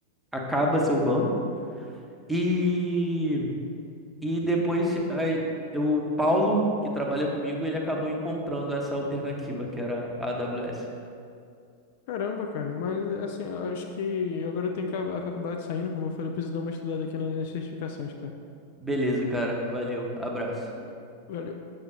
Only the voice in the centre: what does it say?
acaba seu banco. E, e depois aí, o Paulo, que trabalha comigo, ele acabou encontrando essa alternativa que era a AWS.
Beleza, cara. Valeu. Abraço.